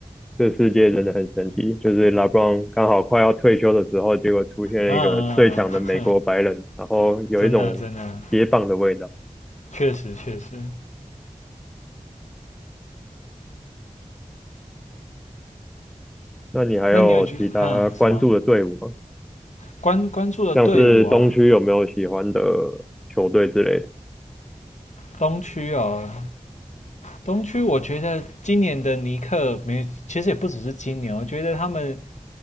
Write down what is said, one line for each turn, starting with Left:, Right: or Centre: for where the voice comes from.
Centre: 这世界真的很神奇，就是 LeBron 刚好快要退休的时候，结果出现了一个最强的美国白人，
Left: 嗯嗯，嗯嗯
Centre: 然后有一种接棒的味道。
Left: 真的真的，确实确实。
Centre: 那你还有其他关注的队伍吗？
Left: 那你有觉得哼什么关关注的队伍啊？
Centre: 像是东区有没有喜欢的球队之类的？
Left: 东区哦，东区，我觉得今年的尼克没，其实也不只是今年哦，我觉得他们